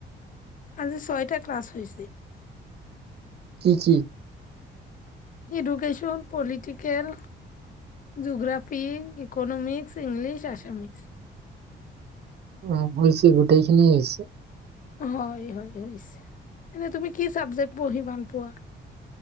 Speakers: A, on the left (about 40°); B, on the right (about 55°).
A: আজি ছয়টা ক্লাছ হৈছে
B: কি কি
A: education political geography economics English আসামিৰছ
B: উ হৈছে গোটেই খিনি হৈছে
A: হয় হয় হৈছে এনেই তুমি কি চাবজেক্ট পঢ়ি ভাল পোৱা